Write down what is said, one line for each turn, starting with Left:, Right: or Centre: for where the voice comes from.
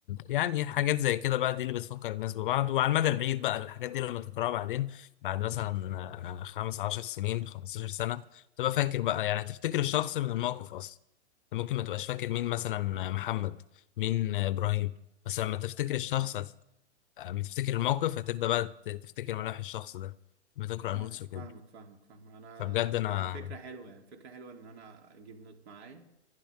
Left: يعني حاجات زي كده بقى دي اللي بتفكر الناس ببعض وعلى المدى البعيد بقى الحاجات دي لما تقراها بعدين بعد مثلا آه، خمس عشر سنين خمستاشر سنة تبقى فاكر بقى يعني تفتكر الشخص من الموقف أصلا ممكن ما تبقاش فاكر مين مثلا محمد مين إبراهيم بس لما تفتكر الشخص اما تفتكر الموقف هتبدأ بقى ت- تفتكر ملامح الشخص ده بتقرأ
Right: فاهم-
Left: نوتس وكده
Right: فاهمك فاهمك فاهم انا
Left: فبجد انا
Right: يعني فكرة حلوة يعني فكرة حلوة ان انا اجيب نوت معايا